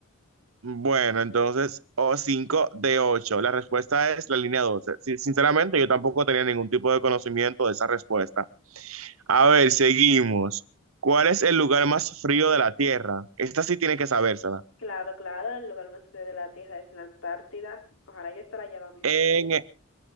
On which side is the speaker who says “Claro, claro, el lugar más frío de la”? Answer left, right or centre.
Left